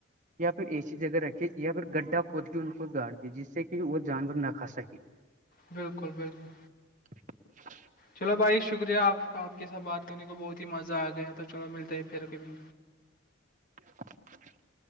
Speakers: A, on the right (about 40°); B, on the left (about 45°).
A: یا پھر اے سسی جگہ رکھے یا پھر گڈھا کھود کے ان کو گاڑ دی جس سے کہ وہ جانور نہ کھا سکے
B: بالکل بالکل
A: <inaudible>
B: چلو بھائی شکریہ آپ کا آپ کے ساتھ بات کرنے کو بہت ہی مزہ آ گیا تو چلو ملتے ہیں پھر کبھی-
A: <inaudible>